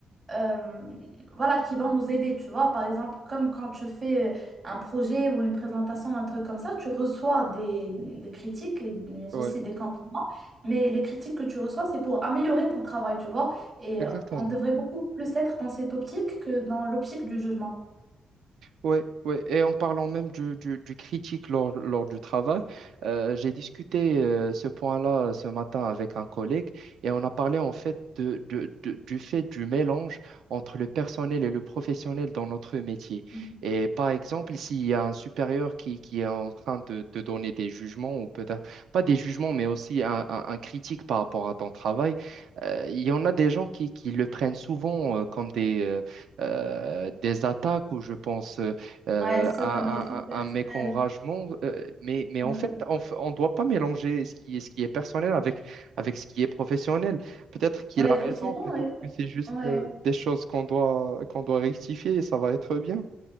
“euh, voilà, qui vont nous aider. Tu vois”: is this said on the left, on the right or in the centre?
Right